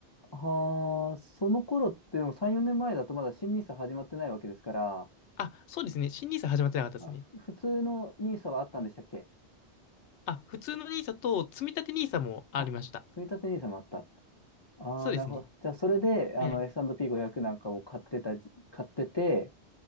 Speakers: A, on the left; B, on the left.
A: はあ、その頃ってでも3、4年前だとまだ新ニーサ始まってないわけですから、
B: あ、そうですね。新ニーサ始まってなかったですね。
A: あ、ふ普通のニーサはあったんでしたっけ
B: あ、普通のニーサと積み立てニーサもありました。
A: あ、積み立てニーサもあった。ああ、
B: そうですね。
A: なるほど。じゃあ、それで、
B: はい。
A: あの、S&P500 なんかを買ってたじ、買ってて、